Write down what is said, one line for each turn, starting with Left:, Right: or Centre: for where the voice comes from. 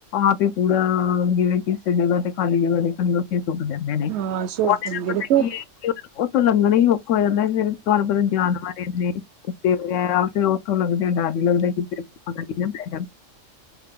Left: ਆਪ ਹੀ ਪੂਰਾ ਜਿਵੇਂ ਕਿਸੇ ਜਗ੍ਹਾ ਤੇ ਖਾਲੀ ਜਗ੍ਹਾ ਦੇਖਣਗੇ ਉੱਥੇ ਸੁੱੱਕ ਦਿੰਦੇ ਨੇ
Right: ਹਾਂ ਸੁੱਟ
Left: ਉਹਦੇ
Right: ਦੇਣਗੇ
Left: ਨਾਲ ਪਤਾ
Right: ਦੇਖੋ
Left: ਕੀ ਹੈ <unintelligible> ਤੋਂ ਲੰਘਣਾ ਹੀ ਔਖਾ ਹੋ ਜਾਂਦਾ ਫਿਰ ਤੁਡੂੰ ਪਲ ਜਾਨਵਰ ਇਨੇ ਕੁੱਤੇ ਵਗੈਰਾ ਫੇਿਰ ਉਹ ਲੱਗਦੇ ਆ ਡ ਲੱਗਦੇ ਕਿਤੇ ਪਤਾ ਨਾ ਪੈ